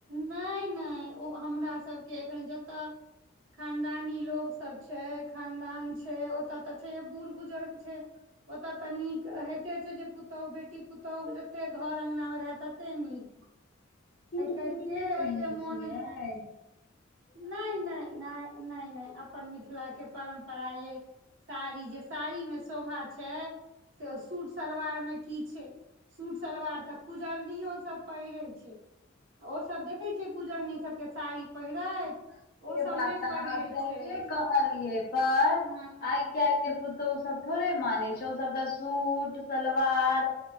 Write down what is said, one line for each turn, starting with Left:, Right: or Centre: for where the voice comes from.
Right: नहि नहि ओ हमरा सभके एखन जतह खानदानी लोग सब छै खानदान छै ओतऽ तऽ छैे बूढ़े बुजुर्ग छै ओतय तऽ नीक होते छै जे पुतोहु बेटी पुतोहू जते घर अंगनामे रहय तते नीक <inaudible>
Left: सूट
Right: काल्हि के
Left: नहि पहिने
Right: एते मोन
Left: छै आय
Right: नहि नहि नहि नहि नहि अपन मिथिला के परम्परा ये साड़ी जे साड़ी मे शोभा छै से सूट सलवार मे की छै सूट सलवार तऽ कुजरनियो सब पहिरै छै ओसभ देखैत छियै कुजरनी सभके साड़ि पहिरैत
Left: सेे
Right: ओ सब
Left: बात
Right: नहि
Left: तऽ
Right: पहिरै
Left: अहाँ सहिेये
Right: छै
Left: कहलियै पर
Right: हँ
Left: आइ काल्हि के पु तऽ ओ सब थोड़े मानै छै ओसभ तऽ सूट सलवार